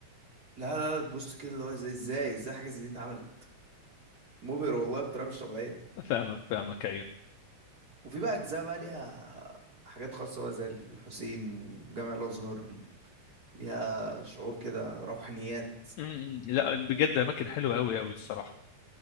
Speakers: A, on the right; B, on the left.
A: لا لا لا تبص كده اللي هو ازاي ازاي ازاي حاجه زي دي اتعملت مبهر والله بطريقه مش طبيعيه
B: فاهمك فاهمك
A: و-
B: ايوه
A: وفي بقى اجزاء بقى ليها حاجات خاصه بقى زي الحسين وجامع الازهر ليها شعور كده روحانيات
B: امم لا بجد اماكن حلوه قوي قوي الصراحه